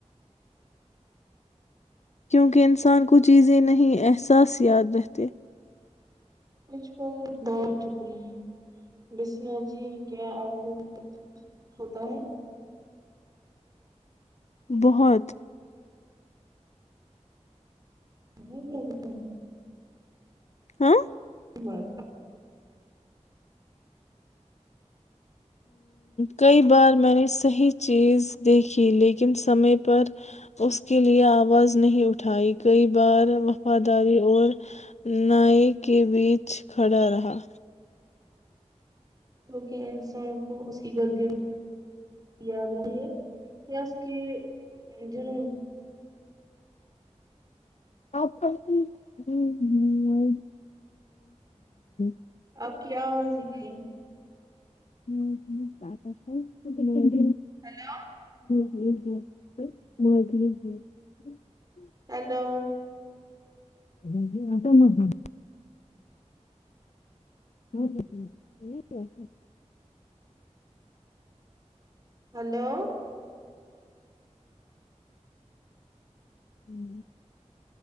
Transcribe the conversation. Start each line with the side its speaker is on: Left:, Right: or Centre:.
Left: کیونکہ انسان کو چیزیں نہیں احساس یاد رہتے
Right: کچھ پل دو چپ رہے ہیں بسم جی کیا آپ کو ہوتا ہے
Left: بہت
Right: ے <unintelligible>
Left: ہاں
Right: بات
Left: کئی بار میں نے صحیح چیز دیکھی لیکن سمے پر اس کے لئے آواز نہیں اٹھائی کئی بار وفاداری اور نائ کے بیچ کھڑا رہا
Right: تو کیا انسان کو وہ اس کی غلطی یاد رہی ہے کہ جن
Left: آپ ہ ہ وہ <unintelligible>
Right: آپ کی آواز ہے جی
Left: بات س تو <unintelligible>
Right: ہیلو
Left: ج ب <unintelligible>
Right: ہیلو
Left: آا مت <unintelligible> ہ ہ ج جی ٹھیک ہے <unintelligible>
Right: ہلو
Left: ہوں